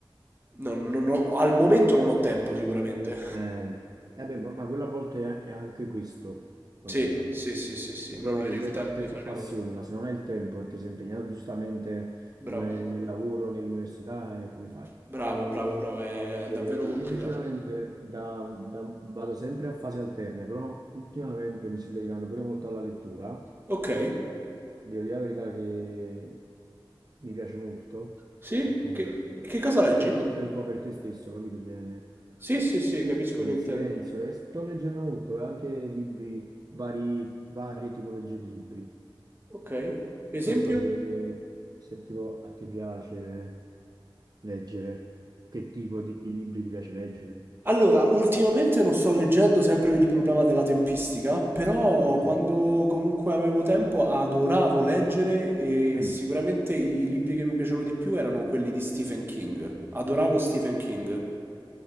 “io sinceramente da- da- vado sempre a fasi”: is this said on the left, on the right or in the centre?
Right